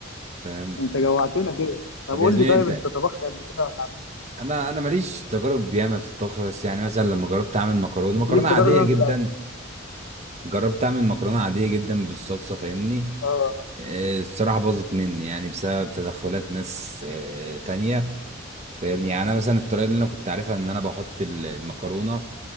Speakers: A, on the right (about 35°); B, on the left (about 80°).
A: فاهم
B: انت جوعتنا كده طب
A: طب
B: قول
A: يا زميلي
B: لي طيب
A: انت
B: انت طبخت قبل كده ولا عملت
A: انا انا ماليش تجارب ياما في الطبخ بس يعني مثلا لما جربت اعمل مكرونه
B: بس
A: مكرونه
B: ليك
A: عاديه
B: تجارب انا
A: جدا
B: في الاكل
A: جربت اعمل مكرونه عاديه جدا بالصلصه فاهمني
B: اه
A: آه، الصراحة باظت مني يعني بسبب تدخلات ناس آه، تانية فاهمني يعني أنا مثلا الطريقة اللي أنا كنت عارفها إن أنا بحط ال- المكرونة